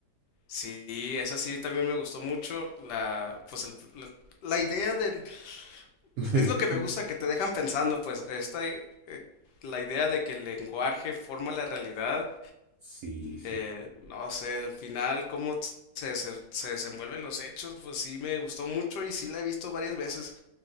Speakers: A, on the left; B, on the right.
A: Sí, esa sí también me gustó mucho. La, pues el- la, la idea del,
B: <laughs>
A: es lo que me gusta que te dejan pensando, pues esta, eh, la idea de que el lenguaje forma la realidad
B: Sí, sí,
A: eh, no sé, al final cómo se, se, se desenvuelven los hechos, pues sí me gustó mucho y sí la he visto varias veces